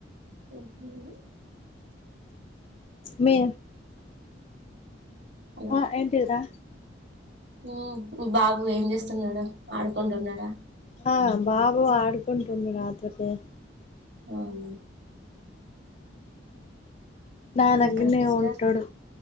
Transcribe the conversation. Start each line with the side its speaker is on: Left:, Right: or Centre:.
Right: ఉహుహు
Left: మే
Right: అలా
Left: ఆ ఏంటిది రా
Right: ఉమ్ బాబు ఏం చేస్తున్నాడు ఆడుకుంటున్నాడా
Left: ఆ బాబు ఆడుకుంటుండు రాత్రికే
Right: అవును
Left: నా దగ్గరనే
Right: ఇంకా సిస్టర్
Left: ఉంటాడు